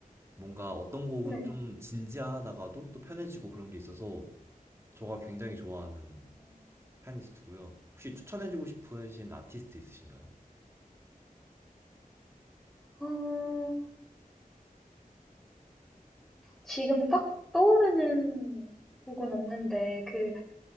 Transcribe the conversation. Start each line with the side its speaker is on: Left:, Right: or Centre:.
Right: 뭔가 어떤 곡은
Centre: 네.
Right: 좀 진지하다가도 또 편해지고 그런 게 있어서 저가 굉장히 좋아하는
Centre: 어.
Right: 피아니스트고요. 혹시 추천해주고 싶으신 아티스트 있으신가요?
Centre: 어. 지금 딱 떠오르는 곡은 없는데 그